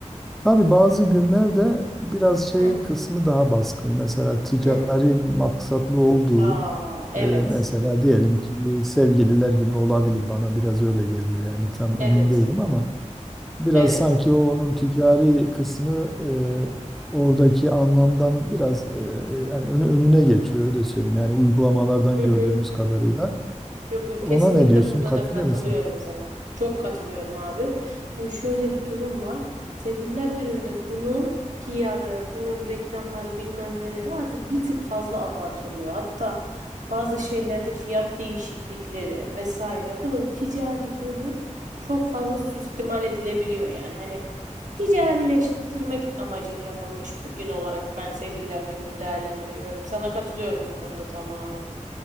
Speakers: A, in the centre; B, on the right (about 80°).
A: Tabii bazı günlerde biraz şey
B: Hı.
A: kısmı daha baskın. Mesela ticari
B: Hı.
A: maksatlı olduğu,
B: Aa, evet.
A: e, mesela diyelim ki sevgililer günü olabilir. Bana biraz öyle geliyor yani tam
B: Evet.
A: emin değilim ama biraz
B: Evet.
A: sanki o onun ticari kısmı e, oradaki anlamdan biraz e, yani önü- önüne geçiyor öyle söyleyeyim. Yani uygulamalardan
B: Hı
A: gördüğümüz
B: hı.
A: kadarıyla.
B: Yok yok
A: Ona
B: kesinlikle
A: ne diyorsun?
B: burada
A: Katılıyor
B: da katılıyorum
A: musun?
B: sana. Çok katılıyorum abi. Şimdi şöyle bir durum var. Sevgililer Günü'nde bunun PR'ı, bunun reklamları bilmem neleri artık bir tık fazla abartılıyor. Hatta bazı şeylerde fiyat değişiklikleri vesaire bunun ticari yönü çok fazla süstimal edilebiliyor yani. Hani ticarileştirmek amacıyla yapılmış bir gün olarak ben Sevgililer Günü'nü değerlendiriyorum. Sana katılıyorum bu konuda tamamen.